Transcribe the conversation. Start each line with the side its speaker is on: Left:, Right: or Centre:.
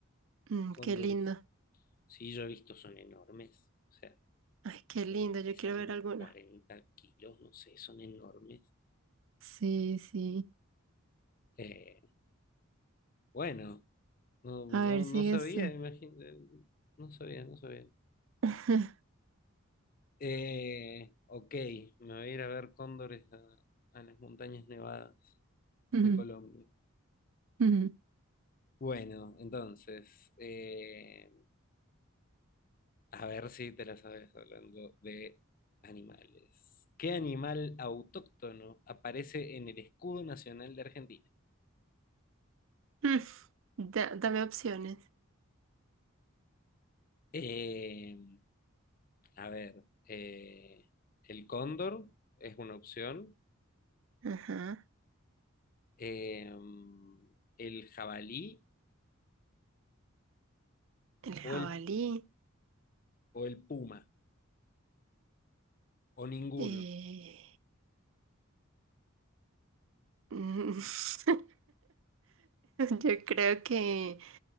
Right: Mm,
Left: cóndores.
Right: qué lindo.
Left: Sí, yo he visto, son enormes. O sea,
Right: Ay, qué lindo.
Left: eh,
Right: Yo
Left: pesan
Right: quiero
Left: como
Right: ver alguno.
Left: 40 kilos, no sé, son enormes.
Right: Sí, sí.
Left: Eh, bueno, no, no,
Right: A ver, sigue
Left: no sabía,
Right: esto.
Left: imagínate, no sabía, no sabía.
Right: <laughs>
Left: Eh, ok, me voy a ir a ver cóndores a a las montañas nevadas.
Right: Mm,
Left: de Colombia.
Right: mm.
Left: Bueno, entonces, eh, a ver si te la sabes hablando de animales. ¿Qué animal autóctono aparece en el escudo nacional de Argentina?
Right: Mm, da- dame opciones.
Left: Eh, a ver, eh, el cóndor es una opción,
Right: Ajá.
Left: eh, el jabalí
Right: El
Left: o
Right: jabalí.
Left: el, o el puma, o ninguno.
Right: Eh, mm, <laughs> yo creo que